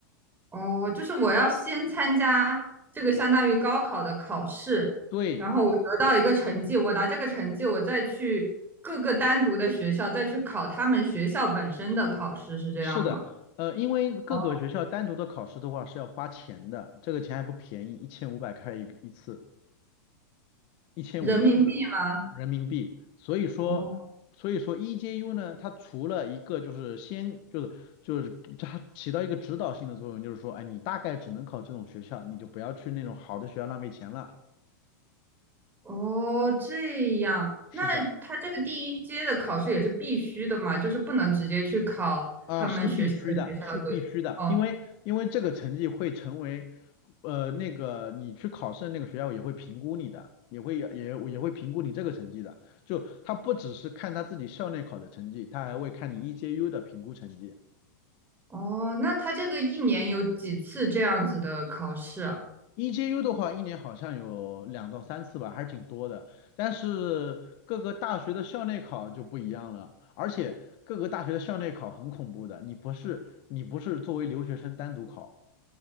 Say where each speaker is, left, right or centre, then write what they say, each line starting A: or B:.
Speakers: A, on the right; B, on the left.
A: 哦，就是我要先参加这个相当于高考的考试，
B: 对，
A: 然后我得到一个成绩，我拿这个成绩，我再去各个单独的学校再去考他们学校本身的考试，是这样吗？
B: 是的，呃，因为各个学校单独的考试的话是要花钱的，
A: 哦，
B: 这个钱还不便宜，一千五百开一个一次，一千五一次。
A: 人民币吗？
B: 人民币，所以说，
A: 哦
B: 所以说 EJU 呢，它除了一个就是先就是就是它起到一个指导性的作用，就是说，哎，你大概只能考这种学校，你就不要去那种好的学校浪费钱了。
A: 哦，这样，
B: 是的，
A: 那他这个第一阶的考试也是必须的嘛，就是不能直接去考他们学校的学校对。
B: 啊，是必须的，是必须的，
A: 哦
B: 因为因为这个成绩会成为，呃，那个你去考试的那个学校也会评估你的。也会也也会评估你这个成绩的，就他不只是看他自己校内考的成绩，他还会看你 EJU 的评估成绩。
A: 哦，那他这个一年有几次这样子的考试啊？
B: EJU 的话，一年好像有两到三次吧，还是挺多的。但是各个大学的校内考就不一样了，而且各个大学的校内考很恐怖的，你不是你不是作为留学生单独考，